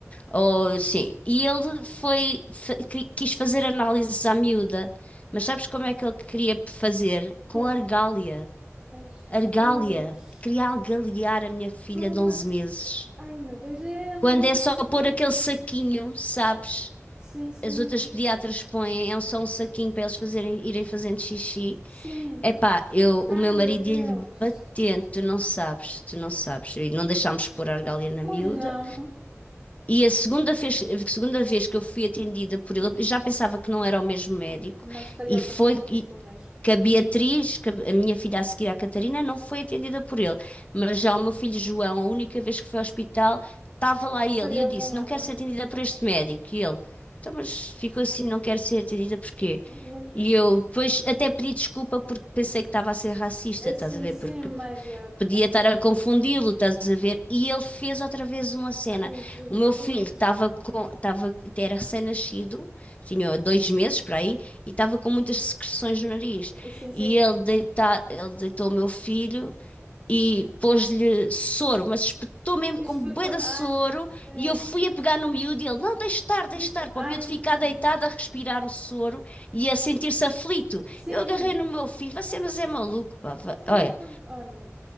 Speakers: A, on the left (about 30°); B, on the right (about 20°).
A: Ou, sim, e ele foi, fa- qui- quis fazer análises à miúda, mas
B: É.
A: sabes como é que ele queria fazer? Com
B: Como?
A: argália,
B: Ai, Jesus.
A: argália, queria algaliar a minha filha
B: Foi uma...
A: de 11 meses.
B: Ai, meu Deus, era,
A: Quando
B: é muito
A: é só
B: pequenina.
A: pôr aquele saquinho, sabes?
B: Sim, sim,
A: as outras pediatras põem, é só um saquinho para eles fazerem, irem fazendo xixi.
B: sim.
A: Epá, eu,
B: Ai,
A: o meu
B: meu
A: marido
B: Deus.
A: ia-lhe batendo, tu não sabes, tu não sabes. E não deixámos pôr a argália na
B: Pois
A: miúda,
B: não,
A: e a segunda vez, a segunda vez que eu fui atendida por ele, eu já pensava que não era o mesmo médico,
B: mas calhou-te
A: e foi
B: novamente
A: e
B: o mesmo.
A: que a Beatriz, que a minha filha a seguir, a Catarina, não foi atendida por ele. Mas já o meu filho
B: Sim.
A: João, a única vez que foi ao hospital, estava lá ele.
B: Calhou
A: E eu disse:
B: com
A: Não
B: ela.
A: quero ser
B: ai.
A: atendida por este médico. E ele: Então, mas ficou assim, não quero ser atendida porquê?
B: Mas,
A: E
B: eh,
A: eu depois até pedi desculpa porque pensei que estava a ser racista, estás
B: sim,
A: a ver?
B: sim,
A: Porque
B: mas... eh,
A: Podia
B: pá,
A: estar a confundi-lo, estás a ver? E
B: sim.
A: ele fez outra vez uma cena.
B: Ai, Jesus.
A: O meu filho estava com, estava, era recém-nascido, tinha dois meses para aí, e estava com muitas secreções no nariz.
B: Sim, sim.
A: E ele, deita, ele deitou o meu filho e pôs-lhe soro, mas espetou mesmo com
B: Espetou.
A: bué de
B: Ai,
A: soro
B: meu Deus.
A: e eu fui a pegar no miúdo e ele, não, deixe estar, deixe
B: Deixa.
A: estar, para
B: Ai,
A: o miúdo ficar
B: não.
A: deitado a respirar o soro e a sentir-se aflito.
B: Sim,
A: Eu agarrei no meu filho, você mas é maluco, pá, va-
B: sim,
A: olha,
B: tu- olha.